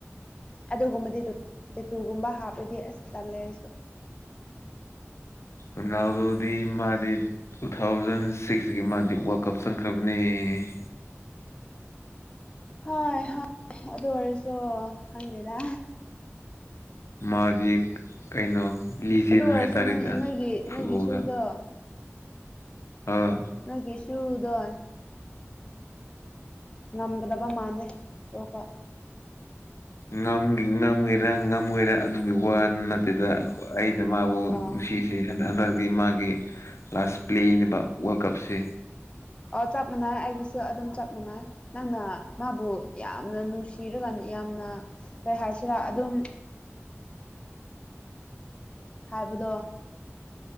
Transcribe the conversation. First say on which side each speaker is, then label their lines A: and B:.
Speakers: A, on the left; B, on the left.
A: ꯑꯗꯨꯒꯨꯝꯕꯗꯤ ꯇꯠ ꯇꯦꯇꯨꯒꯨꯝꯕ ꯍꯥꯞꯂꯗꯤ ꯑꯁ ꯇꯜꯂꯦ ꯑꯩꯁꯨ <inaudible>
B: ꯔꯨꯅꯥꯜꯗꯣꯗꯤ ꯃꯥꯗꯤ ꯇꯨ ꯊꯥꯎꯖꯟ ꯁꯤꯛꯁꯇꯒꯤ ꯃꯥꯗꯤ ꯋꯥꯔꯜ ꯀꯞ ꯆꯪꯈ꯭ꯔꯕꯅꯦ ꯎꯝ
A: ꯍꯣꯏ ꯍꯣꯏ ꯑꯗꯨ ꯑꯣꯏꯔꯁꯨ ꯍꯪꯗꯦꯗ
B: ꯃꯥꯒꯤ ꯀꯩꯅꯣ ꯂꯤꯖꯦꯟ
A: ꯑꯗꯨ ꯑꯣꯏꯔꯁꯨ
B: ꯍꯥꯏꯇꯥꯔꯦꯗ
A: ꯅꯪ ꯅꯣꯏꯒꯤ ꯅꯣꯏꯒꯤ
B: ꯐꯨꯠꯕꯣꯜꯗ
A: ꯁꯨꯏꯗꯣ
B: ꯑꯥ
A: ꯅꯒꯤꯦꯁꯨꯨꯗꯣꯣꯏ ꯅꯝꯒꯗꯕ ꯃꯥꯗꯦ ꯑꯣ
B: ꯉꯝ ꯉꯝꯒꯦꯔꯥ ꯉꯝꯒꯔ ꯑꯗꯨꯒꯤ ꯋꯥ ꯅꯠꯇꯦꯗ ꯑꯩꯅ ꯃꯥꯕꯨ
A: ꯑꯥ
B: ꯅꯨꯡꯁꯤꯁ ꯍꯟꯗꯛꯤ ꯃꯥꯒꯤ ꯂꯥꯁ ꯄ꯭ꯂꯦꯅꯦꯕ ꯋꯥꯔꯜ ꯀꯞꯁꯦ
A: ꯑꯣ ꯆꯞ ꯃꯥꯟꯅꯏ ꯑꯩꯒꯤꯁꯨ ꯑꯗꯨꯝ ꯆꯞ ꯃꯥꯟꯅꯩ ꯅꯪꯅ ꯃꯥꯕꯨ ꯌꯥꯝꯅ ꯅꯨꯡꯁꯤꯔꯒꯅꯤ ꯌꯥꯝꯅ ꯀꯩ ꯍꯥꯏꯁꯤꯔꯥ ꯑꯗꯨꯝ ꯍꯥꯏꯕꯗ